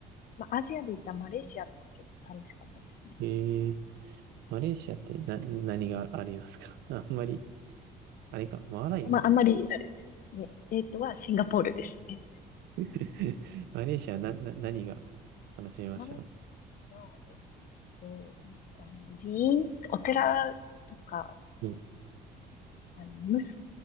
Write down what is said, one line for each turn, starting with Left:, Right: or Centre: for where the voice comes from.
Left: まあアジアで言ったらマレーシアとか結構楽しかったですね。
Right: えー、マレーシアってな、何がありますか <laughs> あんまり、あれか、マーライオン
Left: まああんまり、あれですね。えっとはシンガポールですね。
Right: <laughs> マレーシアな、な、何が楽しめましたか
Left: マレーシアは、えっと、なあの、寺院、お寺とか、
Right: うん、
Left: あの、ムス、